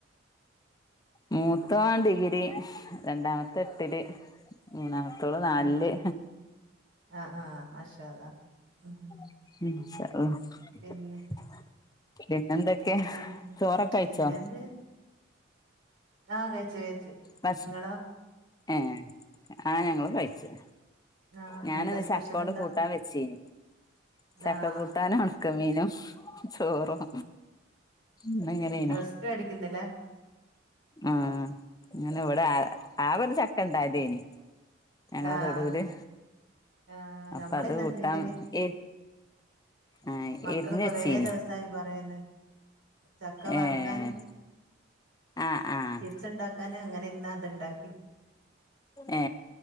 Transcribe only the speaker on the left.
മൂത്ത ഡിഗ്രിരി രണ്ടാമത്തെ എട്ടില് മൂന്നാമത്തെ ത്തോള് നാല്
ല്ല്
<unintelligible>
പിന്നെന്തൊക്കെ
ചോറൊക്കഴിച്ചോ
ഭക്ഷ
ഏഹ് ആഹ് ഞങ്ങളും കഴിച്ച്
ഞാനന്ന്
ചക്കോണ്ട്
കൂട്ടാൻ വെച്ചീന്. ചക്ക
കൂട്ടാനും ഉണുക്ക മീനും ചോറും ഇന് ഇങ്ങനെയ
ആഹ് ഞാ ന് ഇവിടെ ആ ആകെ ഒരു ചക്ക ഉണ്ടായതേനി ഞങ്ങളെ
തൊടൂല്
അപ്പൊ
അത് കൂട്ടാൻ എ ആഹ്
എരിഞ്ഞ്
വെച്ചീനി
ഏഹ് ആഹ് ആഹ്
ഏ